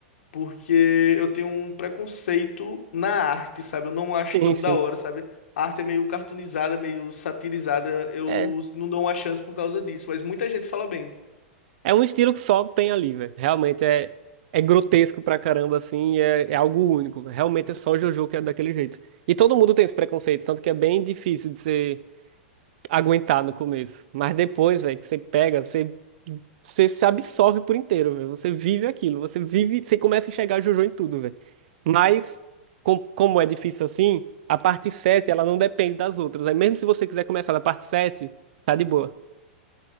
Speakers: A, on the left (about 85°); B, on the right (about 55°).
A: porque eu tenho um preconceito na arte, sabe? Eu não acho
B: Sim,
A: tão
B: sim.
A: da hora, sabe? A arte é meio cartoonizada, meio satirizada, eu
B: É,
A: não dou uma chance por causa disso, mas muita gente fala bem.
B: é um estilo que só tem ali, velho. Realmente é, é grotesco pra caramba, assim, e é, é algo único. Realmente é só JoJo que é daquele jeito. E todo mundo tem esse preconceito, tanto que é bem difícil de ser aguentar no começo. Mas depois, velho, que você pega, você, você se absorve por inteiro, velho. Você vive aquilo, você vive, você começa a enxergar Jojo em tudo, velho. Mas, com- como é difícil assim, a parte 7, ela não depende das outras. Aí mesmo se você quiser começar da parte 7, tá de boa.